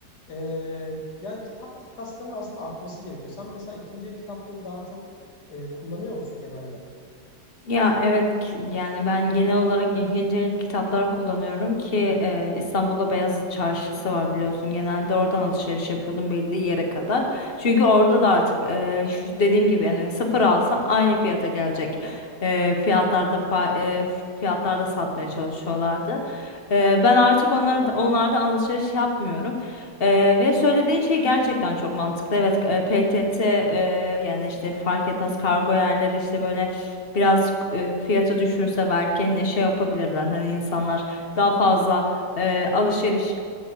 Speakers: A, on the left (about 65°); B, on the left (about 40°).
A: Ee, yani kitap takaslarının aslında artması gerekiyor. Sen mesela ikinci el kitapları daha çok e, kullanıyor musun genelde?
B: Ya evet ki- yani ben genel olarak ikinci el kitaplar kullanıyorum ki e, İstanbul'da Beyazıt Çarşısı var biliyorsun. Genelde oradan alışveriş yapıyordum belli yere kadar. Çünkü orada da artık e, şu dediğim gibi yani sıfır alsam aynı fiyata gelecek. E, fiyatlarda fa- e, fiyatlarda satmaya çalışıyorlardı. E, ben artık onları onlardan alışveriş yapmıyorum. E, ve söylediğin şey gerçekten çok mantıklı. Evet e, PTT e, yani işte fark etmez kargo yerleri işte böyle biraz e, fiyatı düşürse belki hani şey yapabilirler hani insanlar daha fazla e, alışveriş